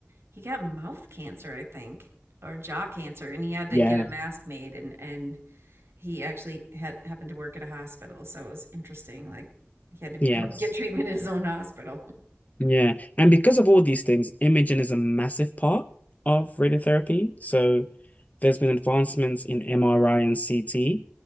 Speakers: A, on the right; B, on the left.
A: he got mouth cancer, I think, or jaw cancer, and he had to
B: Yeah.
A: get a mask made and and he actually had happened to work at a hospital, so it was interesting. Like he had to
B: Yes.
A: go get treatment in his own hospital.
B: Yeah. And because of all these things, imaging is a massive part of radiotherapy. So there's been advancements in MRI and CT